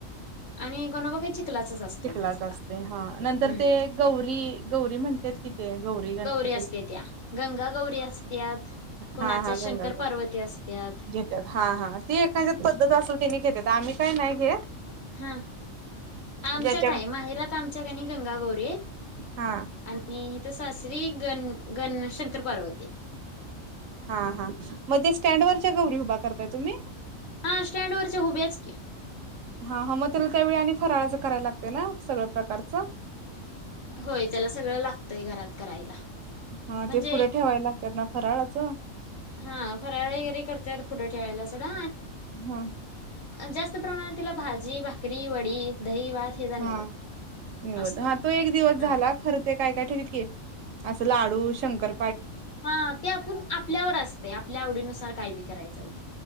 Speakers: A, on the left (about 55°); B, on the right (about 75°).
A: आणि गणोबा काही चिखलाचाच असतोय
B: चिखलाचा
A: नुसता
B: असतोय हा, नंतर
A: हम्म
B: ते गौरी-गौरी म्हणत्यात कि ते गौरी गणपती.
A: असत्या त्या गंगा गौरी असत्यात. कोणाच्या
B: हा हा गंगा
A: शंकर
B: गौरी
A: पार्वती असत्यात
B: घेतात, हा हा ते एखाद्याच पद्धत अस तेनी घेतात, आम्ही काही नाही घेत.
A: हा आमच्यात
B: ज्याच्या
A: आहे. माहेरात आमच्याकनी गंगागौरी आहेत.
B: हा.
A: आणि सासरी गण्-गण् शंकर पार्वती. आहेत.
B: हा हा मग ते स्टँडवरच्या गौरी उभा करताय तुम्ही!
A: हा स्टँड वरच्या उभ्याच की.
B: हा मग त्याला त्यावेळी आणि फराळाचं करायला लागते ना सगळं प्रकारच?
A: होय त्याला सगळं लागतय घरात करायला.
B: हा
A: म्हणजे
B: ते पुढे ठेवायला लागतात ना फराळाचं?
A: हा फराळ वगैरे करतात. पुढं ठेवायला सुद्धा.
B: हम.
A: जास्त प्रमाणात तिला भाजी, भाकरी, वडी. दही, भात हेचा निवद
B: हा निवैद.
A: असतोय.
B: हा तो एक दिवस
A: हा
B: झाला खर ते काय काय ठेवतात की. असं लाडू, शंकर
A: हा ते आपूण आपल्यावर असतय, आपल्या आवडीनुसार काही बी कराय चालत